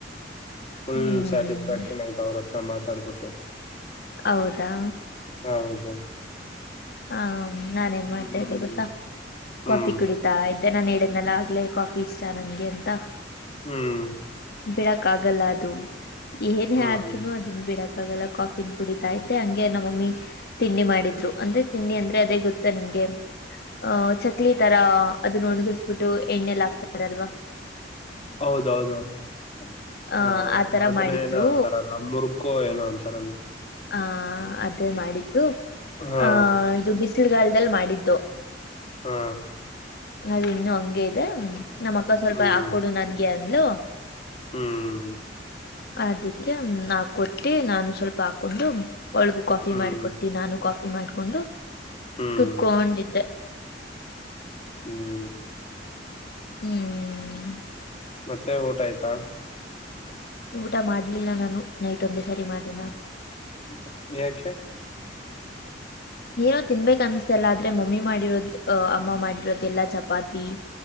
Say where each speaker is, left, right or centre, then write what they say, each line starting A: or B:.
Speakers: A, on the left; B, on the left.
A: ಹುಲ್
B: ಹ್ಮ್
A: ಸೆಟಿಸಸ್ಫ್ಯಾಕ್ಷನ್ ಆ ಹತ್ರ ಮಾತಾಡ್ಬಿಟ್ಟು
B: ಹೌದಾ
A: ಹೌದು
B: ಹಾ ನಾನ ಏನ್ ಮಾಡ್ತಾ
A: ಹ್ಮ್
B: ಇದ್ದೆ ಗೊತ್ತಾ
A: ಹ್ಮ್
B: ಕಾಫಿ ಕುಡಿತಾ ನಾನ ಇಡ್ನೆಲ್ಲ ಆಗ್ಲೇ ಕಾಫಿ ಇಷ್ಟ ನನಗೆ ಅಂತ
A: ಹ್ಮ್
B: ಬಿಡಕ್ ಆಗಲ್ಲ ಅದು ಏನ್
A: ಹ್ಮ್
B: ಆದ್ರು ಅದನ್ ಬಿಡಕ್ ೆಲ್ಲ ಕಾಫನ್ ಕುಡಿತಾ ಇದ್ದೆ ಹಂಗೆ ನಮ್ಮಮ್ಮಿ ತಿಂಡಿ ಮಾಡಿದ್ರು ಅಂದ್ರೆ ತಿಂಡಿ ಅಂದ್ರೆ ಅದೇ ಗೊತ್ತಾ ನಿಮ್ಗೆ ಅಹ ಚಕ್ಲಿ ತರ ಅದನ್ನ ಒಣಗಿಸಬಿಟ್ಟು ಎಣ್ಣೆಲ್ಲ ಹಾಕ್ತಾರಲ್ವಾ
A: ಹೌದೌದುದು
B: ಆ
A: ಹಾ
B: ಆತರ
A: ಅದನ್ನ
B: ಮಾಡಿದ್ರು
A: ಏನ ಅಂತಾರಲ್ಲ ನೂರು ಕೊ ಏನು ಆನ್ಸರ್ ಅಲ್ಲ
B: ಆ ಅದೇ ಮಾಡಿದ್ರು
A: ಹಾ
B: ಆಹ ಇದು ಬಿಸಿಲುಗಲ್ದಲ್ಲಿ ಮಾಡಿದ್ದು
A: ಹಾ
B: ಅದ ಇನ್ನು ಹಂಗೆ ಇದೆ ನಮ್ಮ ಅಕ್ಕ ಸ್ವಲ್ಪ
A: ಹ್ಮ್
B: ಹಾಕ್ಕೊಡು ನನ್ಗೆ ಅ
A: ಹ್ಮ್
B: ಅದಕ್ಕೆ ಹಾಕೊಟ್ಟಿ ನಾನು ಸ್ವಲ್ಪ ಹಾಕ್ ಹಾಕೊಂಡು ಒಳಗು ಕಾಫಿ
A: ಹ್ಮ್
B: ಮಾಡಿಕೊಟ್ಟಿ ನಾನು ಕಾಫಿ ಮಾಡ್ಕೊಂಡು
A: ಹ್ಮ್
B: ಕೂತ್ಕೊಂಡಿದ್ದೆ
A: ಹ್ಮ್
B: ಹ್ಮ್
A: ಮತ್ತೆ ಊಟ ಆಯ್ತಾ
B: ಊಟ ಮಾಡ್ಲಿಲ್ಲ ನಾನು ನೈಟ್ ಒಂದೆ ಸರಿ ಮಾಡ್ <unintelligible>
A: <unintelligible>
B: ಏನೋ ತಿನ್ಬೇಕ ಅನ್ನಿಸ್ತಿಲ್ಲ ಆದ್ರೆ ಮಮ್ಮಿ ಮಾಡಿರೋದು ಅ ಅಮ್ಮ ಮಾಡಿರೋದು ಎಲ್ಲಾ ಚಪಾತಿ